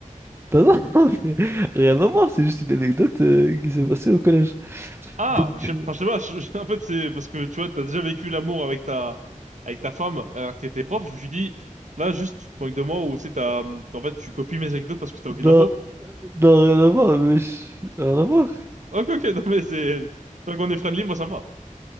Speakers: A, on the right; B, on the right.
A: Bah non, <laughs> mais rien à voir, c'est juste une anecdote euh, qui s'est passée au collège.
B: Ah,
A: Donc,
B: bah, je sais, enfin,
A: euh,
B: je sais pas, je- <laughs> je- en fait, c'est parce que tu vois, t'as déjà vécu l'amour avec ta, avec ta femme, alors que t'étais prof, je me suis dit, là, juste, tu te moques de moi, ou c'est t'as, hum, en fait, tu copies mes anecdotes parce que t'as aucune
A: non,
B: impro. <laughs>
A: non, rien à voir, mais je- rien à voir.
B: Ok, ok, non, mais c'est, tant qu'on est friendly, moi, ça me va.